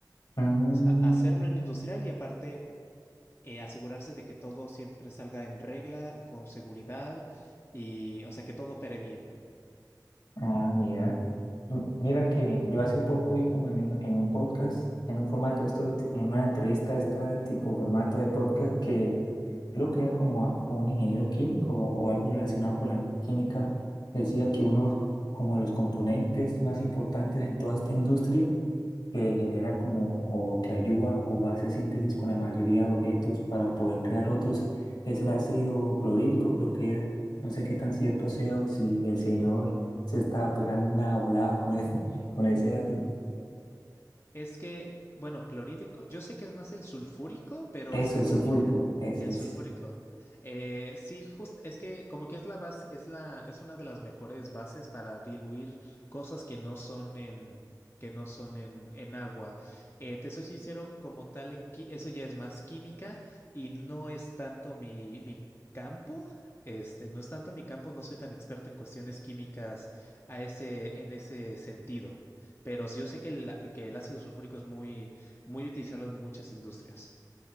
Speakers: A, on the left (about 80°); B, on the left (about 35°).
A: Mm,
B: O sea, hacerlo en industrial y aparte eh, asegurarse de que todo siempre salga en regla, con seguridad y, o sea, que todo opere bien.
A: Ah, mira. M- Mira que yo hace poco vi como en un, en un podcast, en un formato, de esto, en una entrevista de este tipo formato de podcast que creo que era como a a un ingeniero químico o, o algo relacionado con la química, decía que uno como de los componentes más importantes en toda esta industria que generan como o que ayuda o hace síntesis con la mayoría de objetos para poder crear otros, es el ácido clorhídrico, creo que era. No sé qué tan cierto sea o si el señor se estaba pegando una volada con ese, <laughs> con ese dato.
B: Es que, bueno, clorhídrico, yo sé que es más el sulfúrico, pero
A: Eso,
B: es que
A: el
B: sí,
A: sulfúrico, ese
B: El
A: es.
B: sulfúrico. Eh, sí, justo es que como que es la base, es la, es una de las mejores bases para diluir cosas que no son en, que no son en, en agua. Eh, te soy sincero, como tal, en, qui- eso ya es más química y no es tanto mi, mi campo. Este, no es tanto mi campo, no soy tan experto en cuestiones químicas a ese, en ese sentido. Pero sí yo sé que el, que el ácido sulfúrico es muy, muy utilizado en muchas industrias.